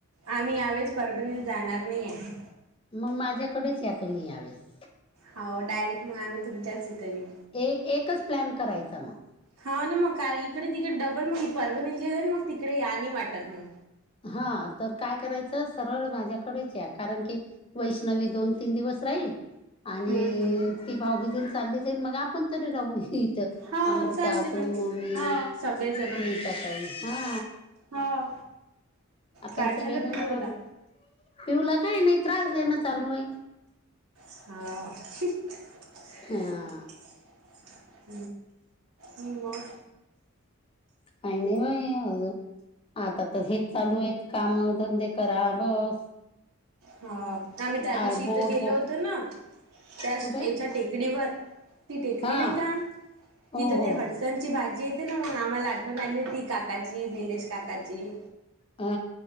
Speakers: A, on the right; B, on the left.
A: आम्ही यावेळेस परभणीत जाणार नाही आहे.
B: मग माझ्याकडेच या तुम्ही यावेळेस.
A: हो डयरेक्ट मग आम्ही तुमच्याच इथ येऊ.
B: एक एकच प्लॅन करायचा मग.
A: हा ना मग काय इकडे तिकडे डबल मग परणी गेले मग तिकडे या नाही वाटत मग.
B: हा तर काय करायचं सरळ माझ्याकडेच आहे कारण की वैष्णवी दोन तीन दिवस राहील. आणि
A: हम्म हम्म
B: ती भाऊ बीजल चालली जाईल मग आपण तरी राहू इथं.
A: हा
B: अमृता
A: चालते
B: तु
A: ना
B: ममी
A: हा सगळेजण
B: नीता काई हा
A: हा
B: आपण
A: काय
B: सगळेजण
A: झालं पियूला?
B: राहू पिऊला काही नाही त्रास देणं चालू आहे.
A: हो
B: हा
A: <unintelligible> मग
B: काय नाही बा आज आता तर हेच चालू आहेत काम धंदे करा बस
A: हा आम्ही त्या दिवशी
B: आ, बोर
A: इथं गेलो
B: बोर
A: होतो ना त्या
B: कुठे
A: याच्या टेकडीवर ती टेकडी
B: हा
A: नाही का
B: हो
A: तिथं
B: हो
A: ते हड ची भाजी येते ना मग आम्हाला आठवण आली होती काका निलाश काका ची,
B: हा